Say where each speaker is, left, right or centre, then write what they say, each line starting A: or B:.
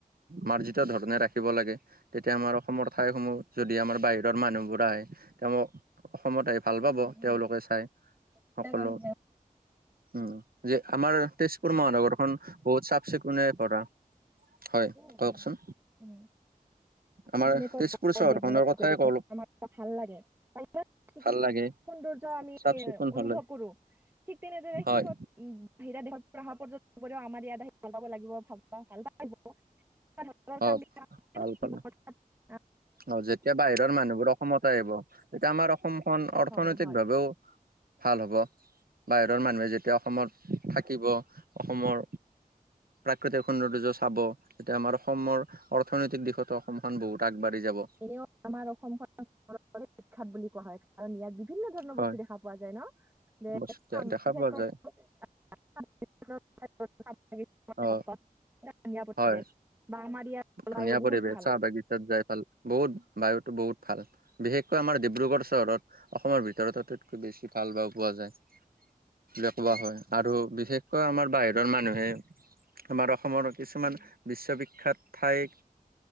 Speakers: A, on the right; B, on the right.
A: মাৰ্জিত ধৰণে ৰাখিব লাগে তেতিয়া আমাৰ অসমৰ ঠাইসমূহ যদি আমাৰ বাহিৰত ৰ মানুহবোৰ আহে তেওঁলোক অসমত আহি ভাল পাব
B: উম উম
A: তেওঁলোকে চাই
B: বিলাক
A: সকলো
B: আহিলে
A: উম যে আমাৰ তেজপুৰ মহানগৰখন বহুত চাফ চিকুণেৰে ভৰা হয়
B: উম
A: কওকচোন
B: উম উম আমি
A: আমাৰ
B: যেনেকুৱা
A: তেজপুৰ
B: <unintelligible>
A: চহৰখনৰ কথাই কল
B: ভাল লাগে সৌন্দৰ্য
A: ভাল লাগে
B: আমি
A: চাফ চিকুণ
B: অনুভৱ
A: হলে
B: কৰো ঠিক তেনেদৰে
A: হয়
B: সিহঁত উ বাহিৰা দেশৰ পৰা পৰ্যটনকেও আমাৰ ইয়াত আহি <unintelligible> লাগিব ভাল ভাল পা <unintelligible>
A: অ ভাল পালে অ যেতিয়া বাহিৰৰ মানুহবোৰ অসমত আহিব তেতিয়া আমাৰ অসমখন অৰ্থনৈতিক
B: হয় হয়
A: ভাৱেও ভাল হব বাহিৰৰ মানুহে যেতিয়া অসমত থাকিব অসমৰ প্ৰাকৃতিক সৌন্দৰ্য চাব তেতিয়া আমাৰ অসমৰ অৰ্থনৈতিক দিশতো অসমখন বহুত আগবাঢ়ি যাব
B: এনেও আমাৰ অসমখন <unintelligible> বিখ্যাত বুলি কোৱা হয় কাৰণ ইয়াত বিভিন্ন ধৰণৰ
A: হয়
B: বস্তু দেখা পোৱা যায় ন <unintelligible>
A: বস্তু দেখা
B: বিশেষকৈ
A: পোৱা যায়
B: <unintelligible>
A: অ
B: <unintelligible>
A: হয়
B: বা আমাৰ ইয়াত জলবায়ু
A: ধুনীয়া
B: বহুত
A: পৰিৱেশ
B: ভাল
A: চাহ বাগিচাত যাই ভাল বহুত বায়ুতো বহুত ভাল বিশেষকৈ আমাৰ ডিব্ৰুগড় চহৰত অসমৰ ভিতৰত আটাইতকৈ বেছি ভাল বা পোৱা যায় বুলি
B: উম
A: কৱা হয় আৰু বিশেষকৈ আমাৰ বাহিৰৰ মানুহে আমাৰ অসমৰ কিছুমান
B: উম
A: বিশ্ববিখ্যাত ঠাইত